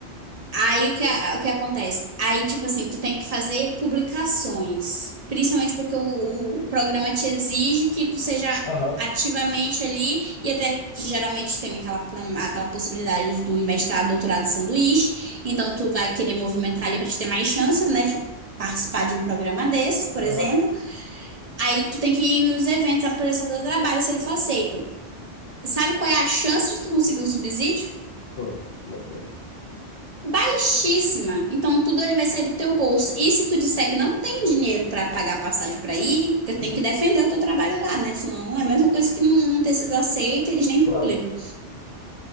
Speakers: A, on the right; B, on the left.
A: Aí o que, a- o que acontece? Aí, tipo assim, tu tem que fazer publicações, principalmente porque o, o programa te exige que tu seja
B: Aham,
A: ativamente ali, e até que geralmente tem aquela, pro- aquela possibilidade do mestrado, doutorado, sanduíche, então tu vai querer movimentar ali para te ter mais chance, né? de participar de um programa desses, por
B: aham.
A: exemplo. Aí tu tem que ir nos eventos apresentar teu trabalho, se ele for aceito. Sabe qual é a chance de tu conseguir um subsídio?
B: Quanto? Como é que é?
A: baixíssima. Então tudo ele vai sair do teu bolso. E se tu disser que não tem dinheiro para pagar passagem para ir, porque tem
B: Hum,
A: que defender o teu trabalho lá, né? Senão é a mesma coisa que não, não ter sido aceito, eles nem
B: claro.
A: publicam.